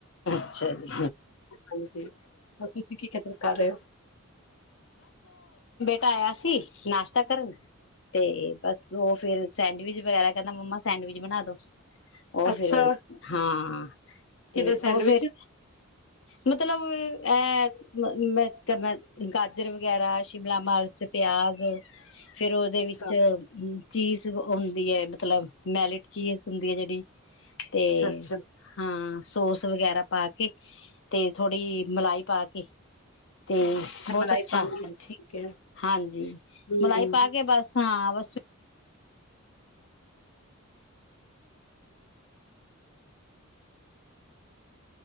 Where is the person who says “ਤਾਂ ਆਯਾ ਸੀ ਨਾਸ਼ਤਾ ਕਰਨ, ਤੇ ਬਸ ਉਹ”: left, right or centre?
Left